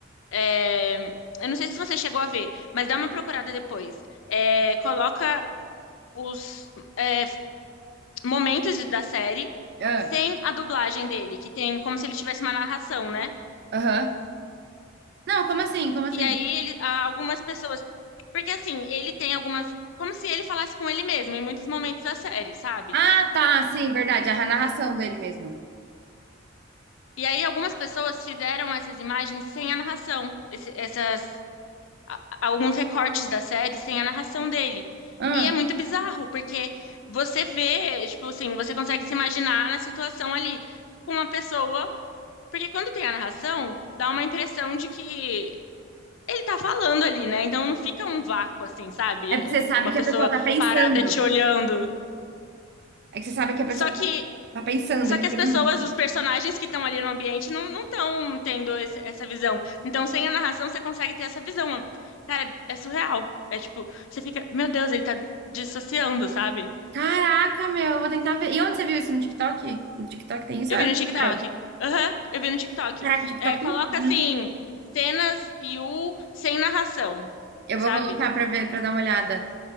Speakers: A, on the left (about 75°); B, on the right (about 55°).
A: é, eu não sei se você chegou a ver, mas dá uma procurada depois. É, coloca os é, momentos da série
B: Ah,
A: sem a dublagem dele, que tem como se ele tivesse uma narração, né?
B: Aham. Não, como assim? Como assim?
A: E aí ele, ah, algumas pessoas, porque assim, ele tem algumas, como se ele falasse com ele mesmo em muitos momentos da série, sabe?
B: Ah, tá, sim, verdade. A narração dele mesmo.
A: E aí algumas pessoas fizeram essas imagens sem a narração, esse- essas a- alguns recortes da série sem a narração dele.
B: Ah,
A: E é muito bizarro, porque você vê, tipo assim, você consegue se imaginar na situação ali com uma pessoa, porque quando tem a narração, dá uma impressão de que Ele tá falando ali, né? Então não fica um vácuo assim, sabe?
B: é porque você sabe
A: Uma
B: que
A: pessoa
B: a pessoa tá pensando.
A: parada te olhando.
B: É que você sabe que a pessoa
A: Só que,
B: tá, tá pensando,
A: só
B: literalmente.
A: que as pessoas, os personagens que estão ali no ambiente não não estão tendo esse- essa visão. Então, sem a narração, você consegue ter essa visão. Cara, é surreal. É tipo, você fica, meu Deus, ele tá dissociando, sabe?
B: Caraca, meu, eu vou tentar ver. E onde você viu isso? No TikTok? No TikTok tem isso?
A: Eu
B: ou
A: vi
B: é no
A: no
B: Instagram?
A: TikTok. Aham, eu vi no TikTok.
B: Caraca, o TikTok
A: É, coloca
B: tem tudo,
A: assim,
B: né?
A: cenas e o sem narração,
B: Eu
A: sabe?
B: vou colocar pra ver, pra dar uma olhada.